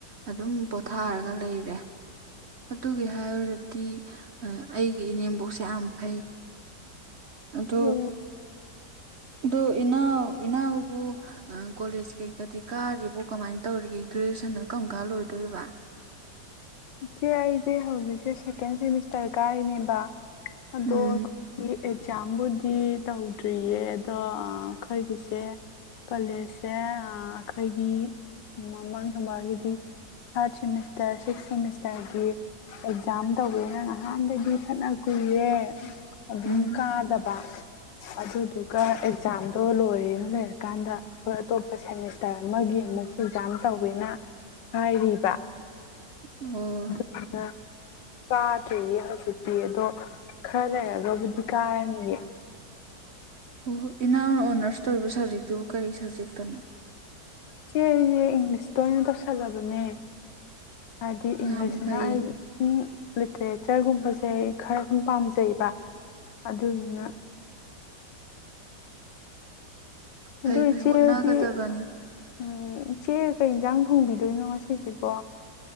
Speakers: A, on the right (about 50°); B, on the left (about 85°).
A: ꯑꯗꯨꯝ ꯄꯣꯊꯥꯔꯒ ꯂꯩꯔꯦ ꯑꯗꯨꯒꯤ ꯍꯥꯏꯔꯨꯔꯗꯤ ꯑꯩꯒꯤ ꯏꯅꯦꯝꯕꯣꯛꯁꯦ ꯌꯥꯝ ꯐꯩ ꯑꯗꯨ
B: ꯑꯣ
A: ꯗꯣ ꯏꯅꯥꯎ ꯏꯅꯥꯎꯕꯨ ꯑ ꯀꯣꯂꯦꯖ ꯀꯩꯀꯗꯤ ꯀꯥꯔꯤꯕꯣ ꯀꯃꯥꯏꯟ ꯇꯧꯔꯤꯒꯦ ꯒ꯭ꯔꯦꯖꯨꯋꯦꯁꯟꯅ ꯀꯔꯝ ꯀꯥꯟ ꯂꯣꯏꯗꯣꯔꯤꯕ
B: ꯏꯆꯦ ꯑꯩꯖꯦ ꯍꯧꯖꯤꯛꯁꯦ ꯁꯦꯀꯦꯟ ꯁꯦꯃꯤꯁꯇꯔ ꯀꯥꯔꯤꯅꯦꯕ ꯑꯗꯣ
A: ꯎꯝ
B: ꯑꯦꯛꯖꯥꯝꯕꯨꯗꯤ ꯇꯧꯗ꯭ꯔꯤꯌꯦ ꯑꯗꯣ ꯑꯥ ꯑꯈꯣꯏꯒꯤꯁꯦ ꯀꯣꯂꯦꯖꯁꯦ ꯑꯥ ꯑꯩꯈꯣꯏꯒꯤ ꯃꯃꯥꯡ ꯊꯪꯕꯒꯤꯗꯤ ꯊꯥꯔꯠ ꯁꯦꯃꯤꯁꯇꯥꯔ ꯁꯤꯛꯁ ꯁꯦꯃꯤꯁ ꯇꯥꯔꯒꯤ ꯑꯦꯛꯖꯥꯝ ꯇꯧꯒꯦꯅ ꯅꯍꯥꯟꯗꯒꯤ ꯐꯅ ꯀꯨꯏꯔꯦ ꯑꯗꯨꯝ
A: ꯎꯝ
B: ꯀꯥꯗꯕ ꯑꯗꯨꯗꯨꯒ ꯑꯦꯛꯖꯥꯝꯗꯣ ꯂꯣꯏꯔꯦꯅ ꯂꯩꯔꯀꯥꯟꯗ ꯑꯩꯈꯣꯏ ꯑꯇꯣꯞꯄ ꯁꯦꯃꯤꯁꯇꯥꯔ ꯑꯃꯒꯤ ꯑꯃꯨꯛ ꯑꯦꯛꯖꯥꯝ ꯇꯧꯋꯦꯅ ꯍꯥꯏꯔꯤꯕ
A: ꯑꯣ
B: ꯑꯗ <unintelligible> ꯀꯥꯗ꯭ꯔꯦꯌꯦ ꯍꯧꯖꯤꯛꯇꯤ ꯑꯗꯣ ꯈꯔ ꯂꯩꯔꯒꯕꯨꯗꯤ ꯀꯥꯔꯅꯤꯌꯦ
A: ꯑꯣ ꯏꯅꯥꯎꯅ ꯑꯣꯅꯥꯔꯁ ꯇꯧꯔꯤꯕ ꯁꯥꯞꯖꯦꯛꯇꯨꯕꯨ ꯀꯔꯤ ꯁꯥꯞꯖꯦꯛꯇꯅꯣ
B: ꯆꯦ ꯑꯩꯗꯤ ꯏꯪꯂꯤꯁꯇ ꯑꯣꯢꯅ ꯇꯧꯁꯜꯂꯕꯅꯦ ꯍꯥꯢꯗꯤ
A: ꯌꯥꯝ
B: ꯏꯪꯂꯤꯁꯁꯤꯅ
A: ꯐꯩ
B: ꯑꯩꯒꯤ ꯎꯝ ꯂꯤꯇꯔꯦꯆꯔꯒꯨꯝꯕꯁꯦ ꯑꯩ ꯈꯔ ꯑꯗꯨꯝ ꯄꯥꯝꯖꯩꯕ ꯑꯗꯨꯗꯨꯅ
A: ꯐꯩ
B: ꯑꯗꯨ
A: ꯐꯩ
B: ꯏꯆꯦ
A: ꯍꯣꯠꯅꯒꯗꯕꯅꯤ
B: ꯍꯣꯢꯗꯤ ꯎꯝ ꯏꯆꯦ ꯀꯩ ꯌꯦꯟꯖꯥꯡ ꯊꯣꯡꯕꯤꯗꯣꯏꯅꯣ ꯉꯁꯤꯁꯤꯕꯣ